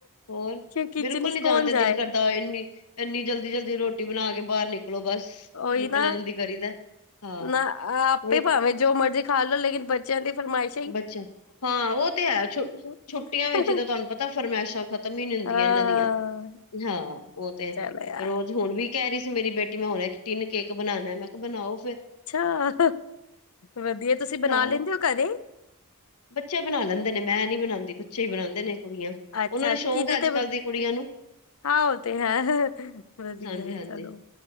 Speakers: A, on the left (about 85°); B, on the left (about 65°).
A: ਹੋਰ
B: ਕਿਚਨ
A: ਬਿਲਕੁਲ
B: ਵਿਚ
A: ਨੀ
B: ਕੌਣ
A: ਜਾਨ ਤੇ
B: ਜਾਏ
A: ਦਿਲ ਕਰਦਾ ਏਨੀ ਏਨੀ ਜਲਦੀ ਜਲਦੀ ਰੋਟੀ ਬਨਾ ਕੇ ਬਾਹਰ ਨਿਕਲੋ ਬਸ।
B: ਉਹੀ
A: ਨਿਕਲਣ
B: ਨਾ
A: ਦੀ ਕਰੀ ਦਾ। ਹਾਂ,
B: ਨਾ ਆਪੇ
A: ਉਹੀ
B: ਭਾਵੇਂ ਜੋ ਮਰਜ਼ੀ ਖਾ ਲੋ ਲੇਕਿਨ ਬੱਚਿਆਂ ਦੀ ਫ਼ਰਮਾਇਸ਼
A: ਬੱਚਾ ਹਾਂ ਉਹ ਤੇ ਹੈ ਛੁ
B: ਦੋ
A: ਛੁੱਟੀਆਂ ਵਿੱਚ ਤਾਂ ਤੁਹਾਨੂੰ ਪਤਾ ਫਰਮਾਇਸ਼ਾਂ ਖਤਮ। ਹੀ ਨੀ ਹੁੰਦੀਆਂ
B: ਹਾਂ
A: ਇਹਨਾਂ ਦੀਆਂ ਹਾਂ ਉਹ ਤੇ
B: ਚਲੋ ਯਾਰ
A: ਰੋਜ਼ <unintelligible> ਹੁਨ ਵੀ ਕਹਿ ਰਹੀ ਸੀ ਮੇਰੀ ਬੇਟੀ ਮੈਂ ਹੁਨੇ ਤਿੰਨ ਕੇਕ ਬਨਾਨੇ ਮੈਂ ਕਿਹਾ ਬਨਾਓ ਫੇਰ
B: ਅੱਛਾ ਵਧੀਆ ਤੁਸੀਂ ਬਨਾ
A: ਹਾਂ
B: ਲੈਂਦੇ ਹੋ ਘਰੇ
A: ਬੱਚੇ ਬਨਾ ਲੈਂਦੇ ਨੇ ਮੈਂ ਨੀ ਬਨਾਂਦੀ ਬੱਚੇ ਹੀ ਬਨਾਂਦੇ ਨੇ ਕੁੜੀਆਂ
B: ਅੱਛਾ
A: ਉਹਨਾ ਨੂੰ
B: ਕਿਹਦੇ
A: ਸ਼ੌਕ ਹੈ ਅੱਜ
B: ਤੇ ਬ-
A: ਕੱਲ ਦੀ ਕੁੜੀਆਂ ਨੂੰ
B: ਹਾਂ ਉਹ ਤੇ ਹੈ ਵਧੀਆ
A: ਹਾਂਜੀ ਹਾਂਜੀ
B: ਚਲੋ।